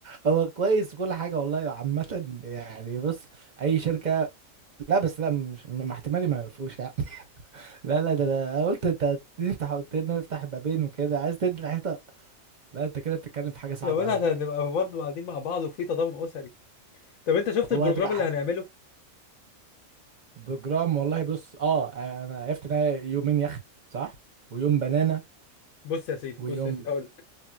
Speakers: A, on the right; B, on the left.
A: هو كويس وكل حاجه والله عامه يعني بص اي شركه لا بس لا مش مع احتمالي ما يقفوش يا عم <laughs> لا لا ده انا قلت انت تفتح قلت انه يفتح بابين وكده عايز تدي الحيطه لا انت كده بتتكلم في حاجه صعبه
B: يا باشا
A: قوي
B: عشان نبقى برضه قاعدين مع بعض وفي تضامن اسري طب انت شفت البروجرام
A: هو هتبقى
B: اللي هنعمله
A: بروجرام والله بص اه انا عرفت ان هي يومين يخت صح ويوم بنانا
B: بص يا سيدي
A: ويوم
B: بص يا سيدي هقول لك